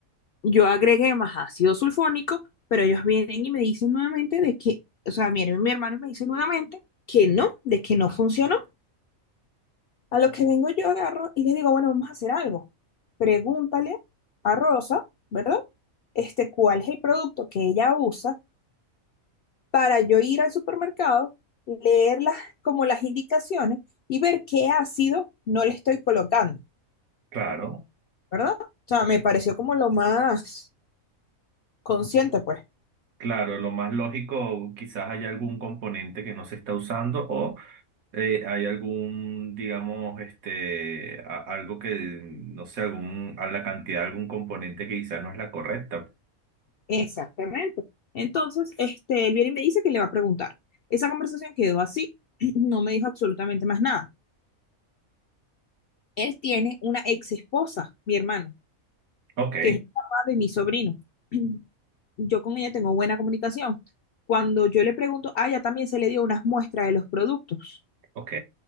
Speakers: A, on the left (about 65°); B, on the right (about 80°).
A: yo agregué más ácido sulfónico, pero ellos vienen y me dicen nuevamente de que, o sea, miren, mi hermano me dice nuevamente que no, de que no funcionó. A lo que vengo yo agarro y le digo, bueno, vamos a hacer algo. Pregúntale a Rosa, ¿verdad? Este, ¿cuál es el producto que ella usa para yo ir al supermercado, leer las, como las indicaciones y ver qué ácido no le estoy colocando,
B: Claro.
A: ¿verdad? O sea, me pareció como lo más consciente, pues.
B: Claro, lo más lógico, quizás haya algún componente que no se está usando o eh, hay algún, digamos, este, a- algo que, no sé, algún, a la cantidad de algún componente que quizás no es la correcta.
A: Exactamente. Entonces, este, él viene y me dice que le va a preguntar. Esa conversación quedó así, <clears throat> no me dijo absolutamente más nada. Él tiene una ex esposa, mi hermano,
B: Ok,
A: que es el papá de mi sobrino. <clears throat> Yo con ella tengo buena comunicación. Cuando yo le pregunto, a ella también se le dio unas muestras de los productos.
B: ok.